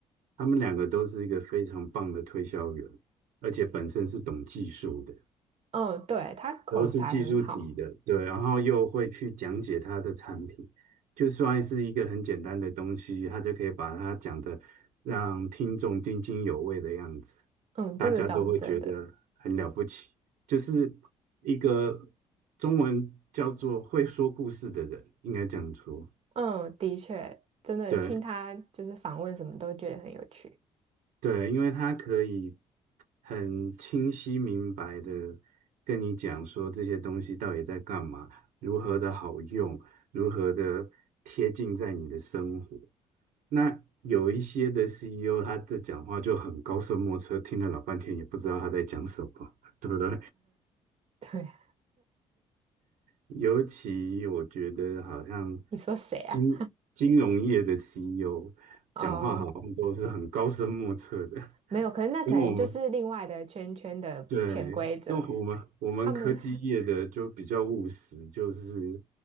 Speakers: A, on the right; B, on the right.
A: 他们两个都是一个非常棒的推销员，而且本身是懂技术的。
B: 嗯，对，他口才很好，
A: 都是技术底的，对，然后又会去讲解他的产品，就算是一个很简单的东西，他就可以把它讲的让听众津津有味的样子，
B: 嗯，
A: 大家都会觉得很了不起，
B: 这个倒是真的。
A: 就是一个中文叫做会说故事的人，应该这样说，
B: 嗯，的确，真的听他就是访问什么都觉得很有趣。
A: 对，对，因为他可以很清晰明白的跟你讲说这些东西到底在干嘛，如何的好用，如何的贴近在你的生活。那有一些的 CEO，他的讲话就很高深莫测，听了老半天也不知道他在讲什么，<laughs> 对不对？
B: <laughs> 对啊，
A: 尤其我觉得好像
B: 你说谁啊？
A: 金金融业的 CEO
B: 哦，
A: 讲话好像都是很高深莫测的，
B: 没有，可是那可能就是另外的圈圈的潜规则，
A: 跟我们对，那我们我们科技业的就比较务实，
B: 他们
A: 就是